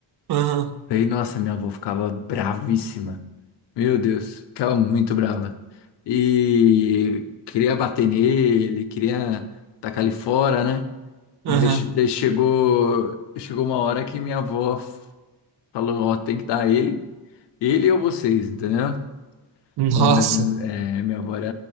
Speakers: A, on the right; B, on the left.
A: Aham.
B: Daí, nossa, minha avó ficava bravíssima. Meu Deus, ficava muito brava. E queria bater nele, queria tacar ele fora, né?
A: Aham.
B: Daí che- daí chegou, chegou uma hora que minha avó falou, ó, tem que dar ele, ele ou vocês, entendeu?
A: Nossa.
B: Falou, mas é, minha avó era,